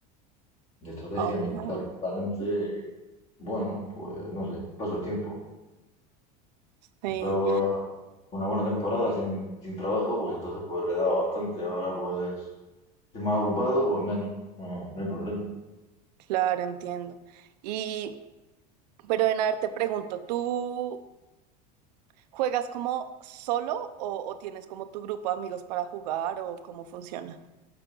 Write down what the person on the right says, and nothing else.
Oh,
sí,
claro, entiendo. Y, pero en ver, te pregunto, ¿tú juegas como solo o, o tienes como tu grupo de amigos para jugar o cómo funciona?